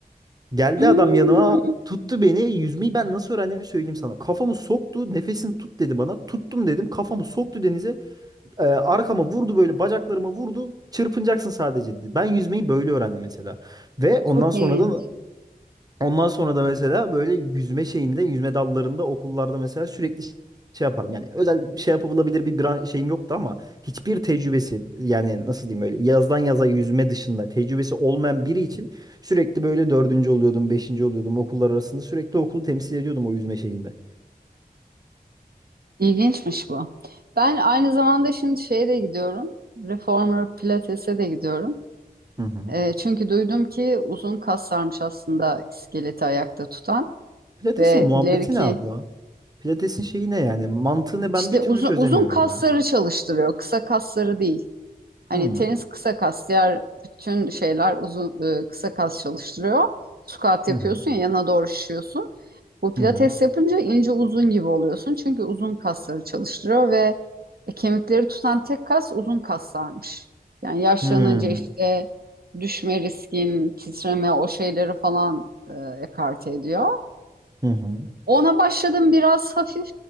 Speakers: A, on the right; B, on the right.
A: Geldi
B: hmm,
A: adam yanıma tuttu beni. Yüzmeyi ben nasıl öğrendiğimi söyleyeyim sana. Kafamı soktu. Nefesini tut dedi bana. Tuttum dedim. Kafamı soktu denize. Ee, arkama vurdu böyle bacaklarıma vurdu. Çırpınacaksın sadece dedi. Ben yüzmeyi böyle öğrendim mesela. Ve ondan
B: çok
A: sonra
B: ilginç.
A: da Ondan sonra da mesela böyle yüzme şeyinde, yüzme dallarında okullarda mesela sürekli ş- şey yaparım. Yani özel bir şey yapabilir bir bira- şeyim yoktu ama hiçbir tecrübesi yani nasıl diyeyim öyle yazdan yaza yüzme dışında tecrübesi olmayan biri için sürekli böyle dördüncü oluyordum, beşinci oluyordum okullar arasında sürekli okulu temsil ediyordum o yüzme şeyinde.
B: İlginçmiş bu. Ben aynı zamanda şimdi şeye de gidiyorum. Reformer Pilates'e de gidiyorum.
A: Hı hı.
B: Ee, çünkü duydum ki uzun kaslarmış aslında iskeleti ayakta tutan
A: Pilates'in
B: ve
A: muhabbeti
B: ileriki
A: ne abla? Pilates'in şeyi ne yani? Mantığını
B: işte
A: ben bir türlü
B: uzun
A: çözemiyorum
B: uzun kasları
A: ya.
B: çalıştırıyor, kısa kasları değil. Hani
A: Hı hı
B: tenis kısa kas, diğer bütün şeyler uzun e, kısa kas çalıştırıyor. Squat yapıyorsun
A: hı
B: ya yana doğru şişiyorsun. Bu pilates
A: hı hı
B: yapınca ince uzun gibi oluyorsun. Çünkü uzun kasları çalıştırıyor ve e, kemikleri tutan tek kas uzun kaslarmış. Yani yaşlanınca
A: hı
B: işte düşme riskin, titreme o şeyleri falan e, ekarte ediyor.
A: hı hı hı.
B: Ona başladım biraz hafif